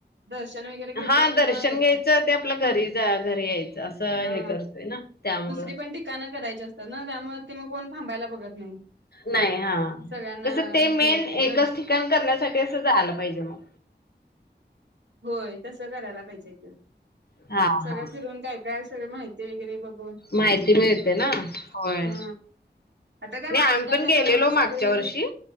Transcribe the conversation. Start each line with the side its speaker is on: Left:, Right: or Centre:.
Right: दर्शन वगैरे घेतोय
Left: हा
Right: आणि
Left: दर्शन
Right: मग येतो
Left: घ्यायचं ते आपल्या घरी जा घरी यायचं असं
Right: हा
Left: हे करतोय ना त्यामुळं.
Right: दुसरी पण ठिकाणं करायची असतात ना त्यामुळे, ते मग कोण थांबायला बघत नाही
Left: नाही हा
Right: सगळ्यांना
Left: तस ते मेन
Right: हे होते
Left: एकच
Right: गड
Left: ठिकाण करण्यासाठी असं जायला पाहिजे मग.
Right: होय तसं करायला पाहिजेेत.
Left: हा
Right: सगळं
Left: हा
Right: फिरून काय काय सगळ माहिती ते वगैर <unintelligible>
Left: माहिती मिळते ना, होय.
Right: हा आता काय
Left: नाही
Right: मालिका
Left: आम्ही पण
Right: आहे त्याच्यामुळे
Left: गेलेलो मागच्या
Right: सगळी
Left: वर्षी